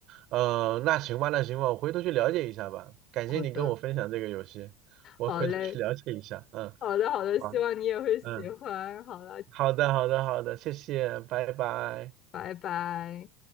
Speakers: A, on the right; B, on the left.
A: 呃，那行吧，那行吧，我回头去了解一下吧。感谢你跟我分享这个游戏，
B: 好的，
A: 我回头去了解一下。
B: 好嘞，
A: 嗯，
B: 好的，好的，
A: 好，
B: 希望你也会喜欢。
A: 嗯，
B: 好了，
A: 好的，好的，好的，谢谢，拜拜。
B: 拜拜。